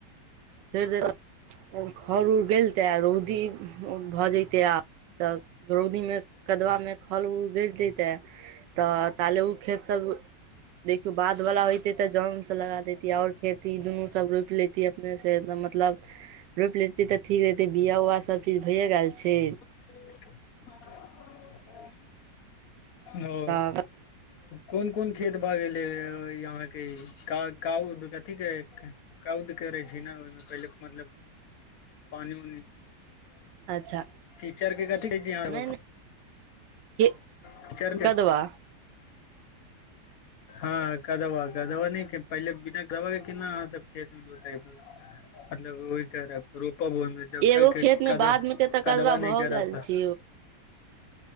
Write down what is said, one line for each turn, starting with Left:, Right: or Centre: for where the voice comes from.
Right: फेर <inaudible> उर गेलते आ रौदी भऽ जते आ तऽ रौदी मे कदवा मे खल उल गड़ जते तऽ ताले ओ खेत सब देखियो बाध वाला होते ते जन से लगा देतीे और खेत ई दुनू सब रोप लेती अपने स सेद मतलब रोइप लेतै तऽ ठीक रहहितै बिआ उआ सबचीज भइए गेल छै
Left: <inaudible> <inaudible> ओ
Right: तऽ
Left: कोन कोन खेत भ गेले यहाँ के क कहू त कथी क कौद करै छै ने ओहि पहिले मतलब पानी उ
Right: अच्छा
Left: कीचड़ के कथि कहै छीह
Right: नहि नहि के
Left: किचर
Right: कदवा
Left: हँ कदवा कदवा नय पहिले बिना गदबा के किना अहाँ सब खेत मे जोतए बे मतलब ओ करब रोपब कौन मे जब
Right: एगो
Left: तक
Right: खेत मे
Left: क
Right: बाद मे के तऽ
Left: कदवा
Right: भऽ
Left: नहि कर
Right: गेल
Left: त
Right: छै
Left: <inaudible>